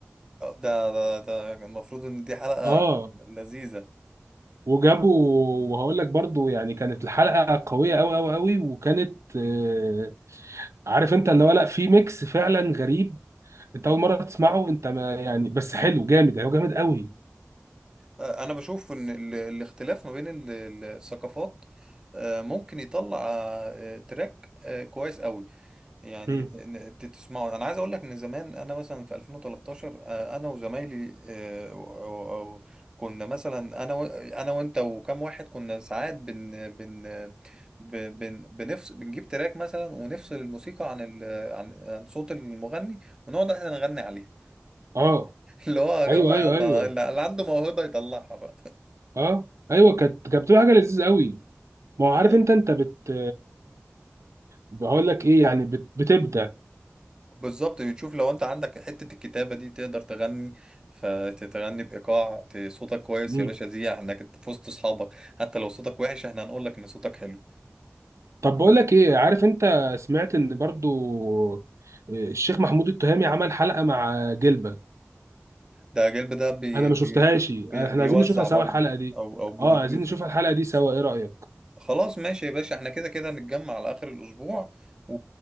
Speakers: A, on the right (about 15°); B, on the right (about 80°).
A: ده ده ده المفروض ان دي حلقة
B: اه
A: لذيذة
B: وجابوا وهقول لك برضو يعني كانت الحلقة قوية قوي قوي قوي وكانت آه عارف انت اللي هو لا في ميكس فعلا غريب انت اول مرة تسمعه انت ما يعني بس حلو جامد هو جامد قوي
A: آه، انا بشوف ان ال- الاختلاف ما بين ال- الثقافات آه، ممكن يطلع آه، تراك آه، كويس قوي يعني
B: مم.
A: ت- ن- ت- تسمعوا انا عايز اقول لك ان زمان انا مثلا في 2013 آه، انا وزمايلي آه، و- و- و- كنا مثلا انا و- انا وانت وكم واحد كنا ساعات بن بن ب- بن بنفصل بنجيب تراك مثلا ونفصل الموسيقى عن ال عن عن صوت المغني ونقعد احنا نغني عليها
B: اه
A: <laughs> اللي هو يا جماعه
B: ايوه ايوه
A: يلا
B: ايوه
A: اللي اللي عنده موهبه يطلعها بقى
B: اه ايوه كانت كانت بتبقى حاجة لذيذة قوي ما هو عارف
A: <laughs>
B: انت انت بت بقول لك ايه يعني بت- بتبدأ
A: بالظبط تشوف لو انت عندك حتة الكتابة دي تقدر تغني فتغني بإيقاع ت- صوتك كويس
B: مم.
A: يا باشا دي انك انت في وسط اصحابك حتى لو صوتك وحش احنا هنقول لك ان صوتك حلو
B: طب بقول لك ايه عارف انت سمعت ان برضو آه، الشيخ محمود التهامي عمل حلقة مع جلبة
A: ده جلب ده بي
B: انا ما
A: بي
B: شفتهاش احنا
A: بي بيوزع
B: عايزين نشوفها سوا
A: برضه
B: الحلقة دي
A: او او بروديوسر
B: اه عايزين نشوف الحلقة دي سوا ايه رأيك
A: خلاص ماشي يا باشا احنا كده كده نتجمع على اخر الاسبوع و...